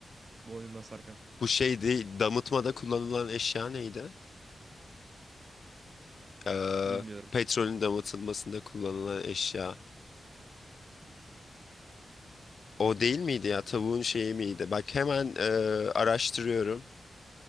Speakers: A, on the right; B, on the left.
A: boynundan sarkan.
B: Bu şeydi damıtmada kullanılan eşya neydi? E,
A: Bilmiyorum.
B: petrolün damıtılmasında kullanılan eşya. O değil miydi ya? Tavuğun şeyi miydi? Bak hemen e, araştırıyorum.